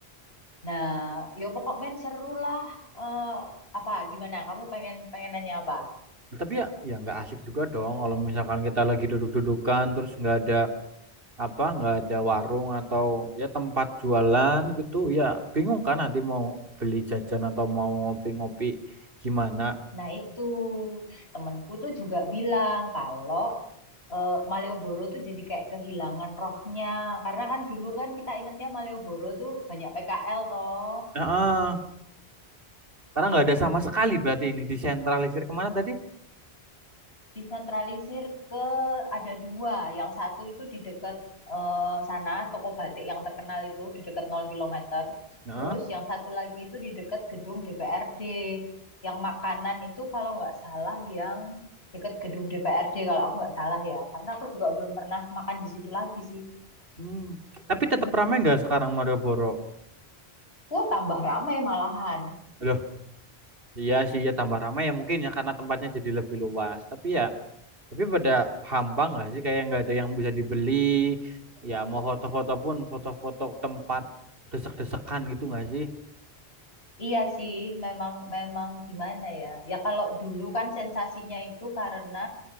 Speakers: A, on the left; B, on the right.
A: Nah, yo pokoknya seru lah. Eh, apa gimana? Kamu pengen pengen nanya apa?
B: Tapi ya, ya nggak asik juga dong kalau misalkan kita lagi duduk-dudukan terus nggak ada apa nggak ada warung atau ya tempat jualan gitu ya bingung kan nanti mau beli jajan atau mau ngopi-ngopi gimana
A: Nah itu temenku tuh juga bilang kalau eh, Malioboro tuh jadi kayak kehilangan rohnya. Karena kan dulu kan kita ingetnya Malioboro tuh banyak PKL toh.
B: Heeh. karena nggak ada sama sekali berarti ini disentralisir kemana tadi
A: Disentralisir ke ada dua. Yang satu itu di dekat eh, sana, toko batik yang terkenal itu di dekat 0 kilometer
B: Heeh.
A: Terus yang satu lagi itu di dekat gedung DPRD. Yang makanan itu kalau nggak salah yang dekat gedung DPRD kalau aku nggak salah ya. Karena aku juga belum pernah makan di situ lagi sih.
B: Hmm. tapi tetap ramai nggak sekarang Malioboro
A: Wah, tambah ramai malahan.
B: loh iya sih ya tambah ramai ya mungkin ya karena tempatnya jadi lebih luas tapi ya tapi pada hampa nggak sih kayak nggak ada yang bisa dibeli ya mau foto-foto pun foto-foto tempat desek-desekan gitu nggak sih
A: Iya sih, memang memang gimana ya? Ya kalau dulu kan sensasinya itu karena